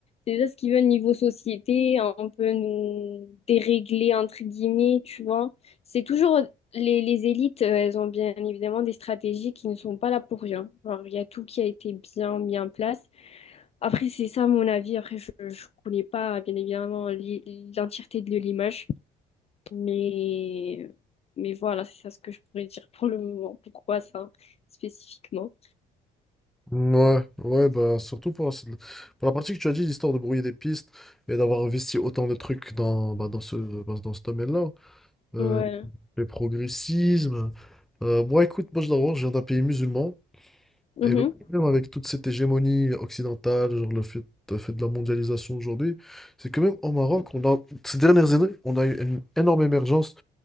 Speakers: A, on the left (about 35°); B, in the centre.
A: C'est ça ce qu'ils veulent niveau société, un peu nous dérégler entre guillemets, tu vois. C'est toujours les, les élites, euh, elles ont bien évidemment des stratégies qui ne sont pas là pour rien. Genre, il y a tout qui a été bien mis en place. Après, c'est ça mon avis. Après, je ne connais pas, bien évidemment, l'i- l'entièreté de l'image. Mais, mais voilà, c'est ça ce que je pourrais dire pour le moment. Pourquoi ça, spécifiquement?
B: Ouais, ouais, bah surtout pour, la pour la partie que tu as dit, l'histoire de brouiller des pistes et d'avoir investi autant de trucs dans, bah, dans ce, dans, dans ce domaine-là. Euh,
A: Ouais.
B: le progressisme. Euh, moi, écoute, moi, je d'abord, je viens d'un pays musulman.
A: Mhm.
B: Et le problème avec toute cette hégémonie occidentale, genre le fait, le fait de la mondialisation aujourd'hui, c'est que même au Maroc, on a, ces dernières années, on a eu une énorme émergence